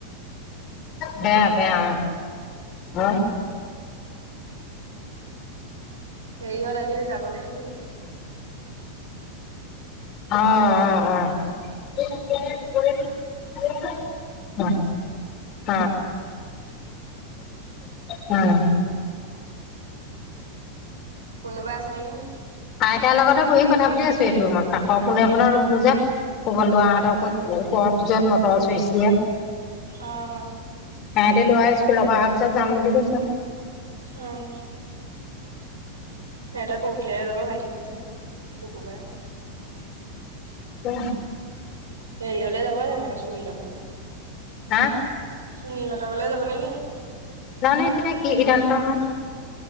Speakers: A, on the left; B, on the right.
A: বেয়া বেয়া অ হ।
B: সেৰি ইহঁত আজি যাব নে থাকিব।
A: অ অ অ। অ। <unintelligible> হ উম।
B: কোনোবা আছে নেকি নি?
A: আইতাৰ লগতে বহি কথা পাতি আছো। সেইটো ৰুমত কাষৰ পোনে পোনে ৰুমটো যে কব ল <unintelligible> হতৰ
B: অ'।
A: ওপৰত য। কছছিল <unintelligible> দে।
B: অঁ।
A: সিহতি লোৱা স্কুলৰ পৰা অহা পিছত যাম বুলি কৈছো।
B: আহ। এটা পৰহিলৈহে যাব ভাইটিহতে শুকুৰবাৰে।
A: উ।
B: হেৰিয়লে যাব জানো সেই চুিনিলৰ ঘৰলে।
A: হা।
B: সুনীলহঁতৰ ফালে যাব নে কিনো।
A: জানে এতিয়া কি হিদান্ত <unintelligible> লয়।